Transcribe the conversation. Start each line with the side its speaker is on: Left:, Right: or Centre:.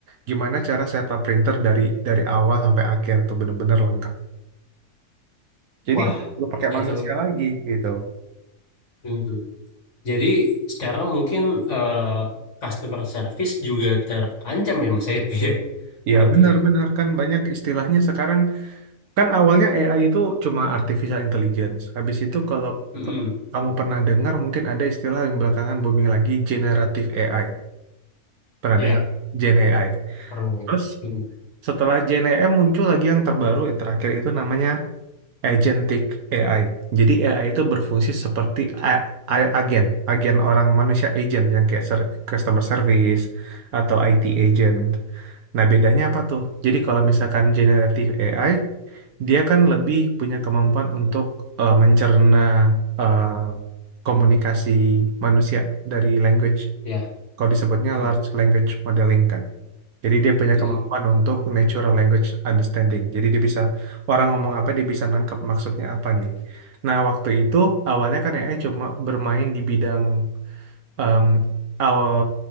Right: gimana cara setup printer dari dari awal sampai akhir itu bener-bener lengkap. Jadi
Left: Wah,
Right: udah nggak perlu pakai manusia
Left: itu.
Right: lagi gitu.
Left: Mm-mm. Jadi sekarang mungkin eh, customer service juga terancam ya Mas itu ya, <laughs> Iya, berarti
Right: Ya benar-benar
Left: ya.
Right: kan banyak istilahnya sekarang kan awalnya AI itu cuma artificial intelligence. Habis itu kalau
Left: Mm-mm.
Right: kalau kamu pernah dengar mungkin ada istilah yang belakangan booming lagi generative AI. Pernah
Left: Ya,
Right: dengar Gen AI?
Left: pernah.
Right: Terus
Left: Mm-mm.
Right: Setelah JNEM muncul lagi yang terbaru yang terakhir itu namanya agentic AI. Jadi AI itu berfungsi seperti a- a- agen, agen orang manusia agent yang kayak ser- customer service atau IT agent. Nah, bedanya apa tuh? Jadi kalau misalkan generative AI, dia kan lebih punya kemampuan untuk eh, mencerna eh, komunikasi manusia dari language.
Left: Ya,
Right: Kalau disebutnya
Left: Mm-mm.
Right: large language modeling kan. Jadi dia punya
Left: Mm-mm.
Right: kemampuan untuk natural language understanding. Jadi dia bisa orang ngomong apa dia bisa nangkep maksudnya apa nih. Nah, waktu itu awalnya kan AI cuma bermain di bidang em, awal